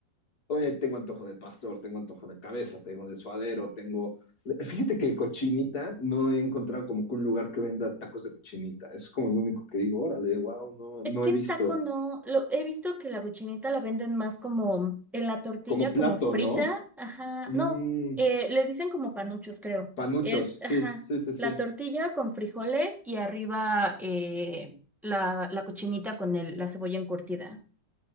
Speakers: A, on the left; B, in the centre.
A: Oye, tengo antojo de pastor, tengo antojo de cabeza, tengo de suadero, tengo... Fíjate que cochinita no he encontrado como que un lugar que venda tacos de cochinita. Es como lo único que digo, órale, wow, no,
B: Es
A: no
B: que
A: he
B: en
A: visto.
B: taco no, lo, he visto que la cochinita la venden más como en la tortilla,
A: Como
B: como
A: plato,
B: frita,
A: ¿no?
B: ajá,
A: Mm,
B: no, eh, le dicen como panuchos, creo.
A: panuchos,
B: Es, ajá,
A: sí, sí, sí, sí.
B: la tortilla con frijoles y arriba eh, la, la cochinita con el, la cebolla encurtida.